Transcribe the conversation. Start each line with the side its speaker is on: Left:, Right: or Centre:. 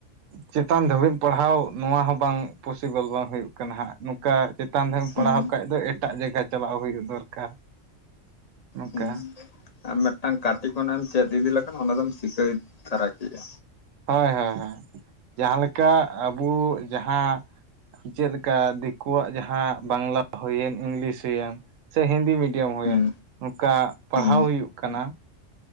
Right: ᱪᱮᱛᱟᱱ ᱫᱷᱟᱹᱵᱤᱡ ᱯᱟᱲᱦᱟᱣ ᱱᱚᱣᱟ ᱦᱚᱸ ᱵᱟᱝ, ᱯᱚᱥᱤᱵᱟᱹᱞ ᱵᱟᱝ ᱦᱩᱭᱩᱜ ᱠᱟᱱᱟ ᱦᱟᱸᱜ᱾ ᱱᱚᱝᱠᱟ ᱪᱮᱛᱟᱱ ᱫᱷᱟᱵᱤᱡ ᱮᱢ
Left: ᱦᱩᱸ
Right: ᱯᱟᱲᱦᱟᱣ ᱠᱷᱟᱱ ᱫᱚ ᱮᱴᱟᱜ ᱡᱟᱭᱜᱟ ᱪᱟᱞᱟᱣ ᱦᱩᱭᱩᱜ ᱫᱚᱨᱠᱟᱨ, ᱱᱚᱛᱮ
Left: ᱦᱩᱸ ᱟᱢ ᱢᱤᱫᱴᱟᱝ ᱠᱟᱹᱴᱤᱠ ᱠᱷᱚᱱᱟᱜ ᱮᱢ ᱪᱮᱫ ᱤᱫᱤ ᱞᱮᱠᱷᱟᱱ ᱚᱱᱟ ᱫᱚᱢ ᱪᱤᱠᱟᱹᱭ ᱛᱟᱨᱟ ᱠᱮᱭᱟ᱾
Right: ᱦᱳᱭ ᱦᱳᱭ ᱦᱳᱭ ᱡᱟᱦᱟ ᱞᱮᱠᱟ ᱟᱵᱚ ᱡᱟᱦᱟ ᱪᱮᱫᱠᱟ ᱫᱤᱠᱩᱣᱟᱜ ᱡᱟᱦᱟᱸ ᱵᱟᱝᱞᱟ ᱦᱩᱭᱮᱱ ᱤᱝᱞᱤᱥ ᱦᱩᱭᱮᱱ ᱥᱮ ᱦᱤᱱᱫᱤ ᱢᱤᱰᱤᱭᱟᱢ ᱦᱩᱭᱮᱱ
Left: ᱦᱩᱸ
Right: ᱱᱚᱝᱠᱟ ᱯᱟᱲᱦᱟᱣ
Left: ᱦᱩᱸ
Right: ᱦᱩᱭᱩᱜ ᱠᱟᱱᱟ᱾